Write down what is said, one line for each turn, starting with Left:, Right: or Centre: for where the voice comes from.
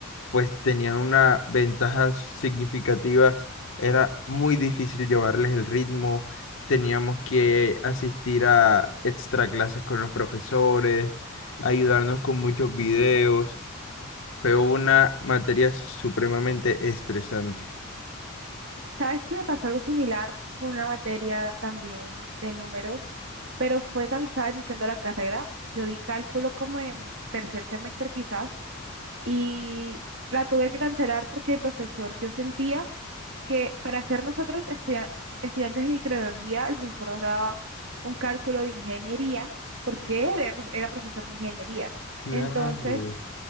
Left: pues tenían una ventaja significativa, era muy difícil llevarles el ritmo, teníamos que asistir a extra clases con los profesores, ayudarnos con muchos videos, fue una materia supremamente estresante.
Right: ¿Sabes que me pasó algo similar con una materia también de números? Pero fue cuando estaba iniciando la carrera, yo di cálculo como en tercer semestre quizás y la tuve que cancelar porque el profesor, yo sentía que para ser nosotros estudia- estudiantes de microbiología, el profesor nos daba un cálculo de ingeniería, porque él era, prof- era profesor de ingeniería.
Left: Claro.
Right: Entonces,